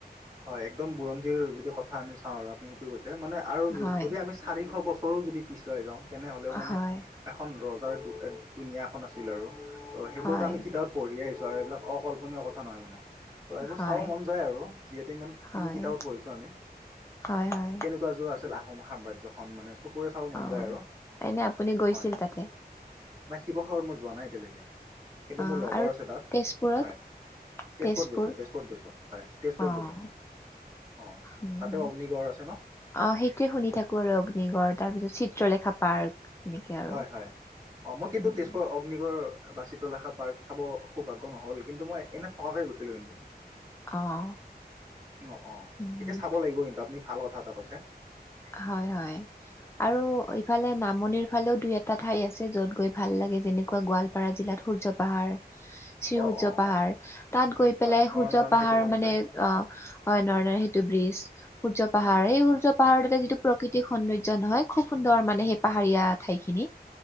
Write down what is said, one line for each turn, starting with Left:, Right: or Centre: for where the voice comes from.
Right: হয়, একদম বুৰঞ্জীৰ যদি কথা আমি চাওঁ আৰু আপুনি সেইটো কৈছে মানে আৰু
Left: হয়
Right: যদি আমি। চাৰিশ বছৰো যদি পিছুৱাই যাওঁ তেনেহলেও মানে।
Left: হয়
Right: এখন ৰজাৰ দুনীয়া এখন আছিল আৰু ত' সেইবোৰতো
Left: হয়,
Right: আমি কিতাপত। পঢ়ি আহিছো আৰু এইবিলাক অকল্পনীয় কথা নহয় মানে, ত' এইবোৰ
Left: হয়,
Right: চাব মন যায় আৰু। যিহেতু ইমান খিনি
Left: হয়,
Right: কিতাপত পঢ়িছো আমি,
Left: হয়, হয়,
Right: কেনেকুৱা যোৱা আছিল আহোম সাম্ৰাজ্যখনন মানে চকুৰে চাব মন
Left: অ'।
Right: যায় আৰু
Left: এনে আপুনি গৈছিল
Right: হয়
Left: তাতে
Right: নাই শিৱসাগৰত মই যোৱা নাই এতিয়ালৈকে। কিন্তু
Left: অ',
Right: মোৰ লগৰ
Left: আৰু
Right: আছে তাত!
Left: তেজপুৰত
Right: হয় তেজপুৰত
Left: তেজপুৰ
Right: গৈছোঁ তেজপুৰত গৈছোঁ হয়। তেজপুৰত
Left: অ',
Right: গৈছো, অ'তাতে
Left: উম, হুম।
Right: অগ্নিগড় আছে ন?
Left: অ' সেইটোৱে শুনি থাকো আৰু অগ্নিগড় তাৰ পিছত চিত্ৰলেখা পাৰ্ক। এনেকে আৰু
Right: হয় হয়, অ' মই কিন্তু
Left: উম,
Right: তেজপুৰ। পিকৰ বা চিত্ৰলেখা পাৰ্ক চাব সৌভাগ্য নহল কিন্তু মই এনে থকাকে গৈছিলো কিন্তু।
Left: অ',
Right: অ' অ'
Left: উম,
Right: এতিয়া চাব লাগিব কিন্তু, আপুনি ভাল কথা এটা কৈছে।
Left: হয় হয়। আৰু
Right: অ
Left: ইফালে নামনিৰ ফালেও দুই এটা ঠাই আছে যত গৈ ভাল লাগে যেনেকুৱা গোৱাল। গোৱালপাৰা জিলাত সূৰ্য পাহাৰ। শ্ৰীসূৰ্য
Right: অ অ
Left: পাহাৰ তাত গৈ
Right: হয়
Left: পেলাই
Right: নৰনাৰায়ণ
Left: সূৰ্য পাহাৰ
Right: সেতুখন
Left: মানে
Right: আছে
Left: আহ। হয় নহয় নহয় সেইটো ব্ৰ্ৰীজ, সূৰ্য পাহাৰ
Right: হয়
Left: এই সূৰ্য পাহাৰ। যিটো প্ৰকৃতিক সৌন্দৰ্যয় নহয়, খুব সুন্দৰ মানে সেই পাহাৰীয়া ঠাই খিনি।